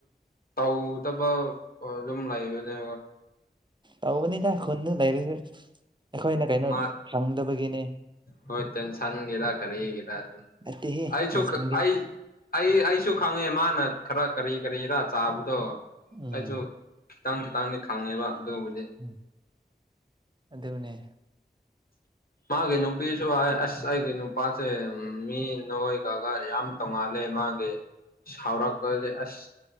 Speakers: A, on the left; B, on the right.
A: ꯇꯧꯗꯕ ꯑꯗꯨꯝ ꯂꯩꯕꯅꯦ
B: ꯑꯧ ꯃ ꯅꯅꯦ ꯗꯥꯛꯈꯅ ꯂꯥꯏꯔꯁꯨ ꯑꯩꯈꯣꯏꯅ ꯀꯩꯅꯣ
A: ꯃꯥ
B: ꯈꯪꯗꯕꯒꯤꯅꯦ
A: ꯍꯣꯏ ꯇꯦꯟꯁꯟꯒꯤꯔ ꯀꯔꯤꯒꯤꯔ ꯑꯗꯨꯝ
B: ꯑꯇꯩ ꯍ
A: ꯑꯩꯁꯨ
B: ꯁꯒꯦ
A: ꯑꯩ ꯑꯩ ꯑꯩꯁꯨ ꯈꯪꯉꯦ ꯃꯥꯅ ꯈꯔ ꯀꯔꯤ ꯀꯔꯤꯔ ꯆꯥꯕꯗꯣ
B: ꯎꯝ
A: ꯑꯩꯁꯨ ꯈꯤꯇꯪ ꯈꯤꯇꯪꯗꯤ ꯈꯪꯉꯦꯕ ꯑꯗꯨꯕꯨꯗꯤ
B: ꯎꯝ ꯑꯗꯨꯅꯦ
A: ꯃꯥꯒꯤ ꯅꯨꯄꯤꯁꯨ ꯍꯥꯏ ꯑꯁ ꯑꯩꯒꯤ ꯅꯨꯄꯥꯁꯦ ꯃꯤ ꯅꯣꯏꯒꯒ ꯌꯥꯝ ꯇꯣꯡꯉꯥꯜꯂꯦ ꯃꯥꯒꯤ ꯁꯥꯎꯔꯛꯄꯁꯦ ꯑꯁ